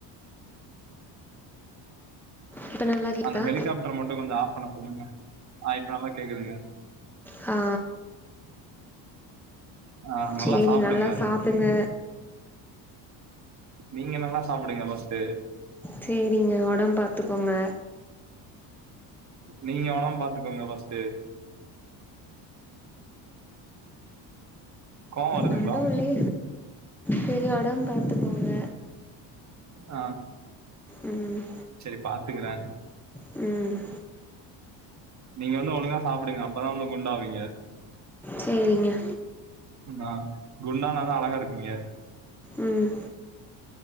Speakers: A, in the centre; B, on the right (about 40°).
A: இப்ப நல்லா கேக்குதா
B: அந்த ஹெலிகாப்டர் மட்டு கொஞ்ச ஆஃப் பண்ண சொல்லுங்க ஆ இப்ப நல்லா கேக்குதுங்க
A: ஆ
B: ஆ
A: சேரி
B: சாப்டுங்க
A: நல்லா சாப்பிடுங்க
B: நீங்க நல்லா சாப்பிடுங்க பஸ்ட்டு
A: சேரிங்க உடம்பு பாத்துக்கோங்க
B: நீங்க உடம்ப பார்த்துக்கோங்க ஃபஸ்டு கோவம் வருதுங்களா
A: நடுவுலே சேரி உடம்ப பாத்துக்கோங்க
B: ஆ
A: ம்
B: சேரி பாத்துக்கறே
A: ம்
B: நீங்க வந்து ஒழுங்கா சாப்பிடுங்க அப்பதான் வந்து குண்டாவீங்க
A: சரிங்க
B: ஆ குண்டானாதான் அழகா இருக்கீங்க
A: ம்